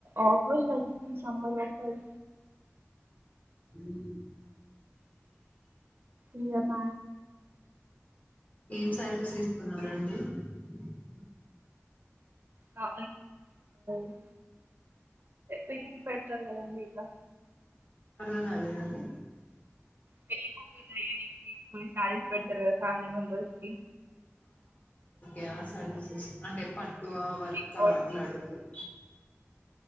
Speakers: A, on the right; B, on the left.
A: ఆఫర్స్ చ సబర ఫర్
B: ఉమ్
A: ఇ మ
B: ఏం సర్వీస్ తీసుకున్నారండి <unintelligible>
A: న <unintelligible> పెళ్లికి పెడతారు కదండి ఇడా
B: <unintelligible> కాలేద అండి
A: పెళ్లి ఫోకస్ చేయ్యనీకి కొన్ని సారీస్ పెడతారు కదా ఫ్యామిలీ మెంబర్స్ కి
B: యా సరే స అంటే పట్టు ఆ వర్కా
A: బిగ్ బార్డర్
B: అట్లా అడుగుతూరు